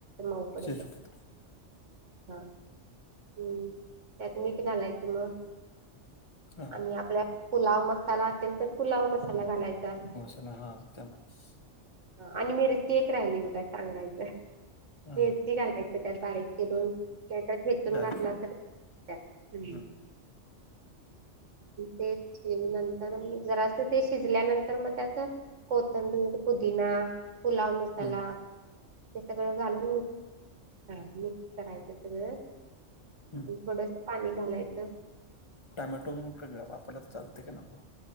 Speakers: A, on the right; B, on the left.
A: मऊ पडेपर्यंत.
B: शेजुपुत्र
A: हा हम्म त्यात मीठ घालायचं मग.
B: हा
A: आणि आपल्या पुलाव मसाला असेल तर पुलाव मसाला घालायचां.
B: पुन ह त्या <unintelligible>
A: आणि मीरची एक राहिली बघा सांगायचं.
B: हा
A: मिरची घालायचं त्यात बारीक चिरून, नाहीतर ठेचून
B: डायरेक्ट
A: घातला तरी-
B: हम्म
A: तेच नंतर जरा, ते शिजल्यानंतर मग त्यात कोथंबीर, पुदिना, पुलाव मसाला,
B: हम्म
A: हे सगळं घालून म हा मिक्स करायचं सगळं,
B: हं
A: थोडंस पाणी घालायचं.
B: टोमॅटो वापरला तर चालते का नको.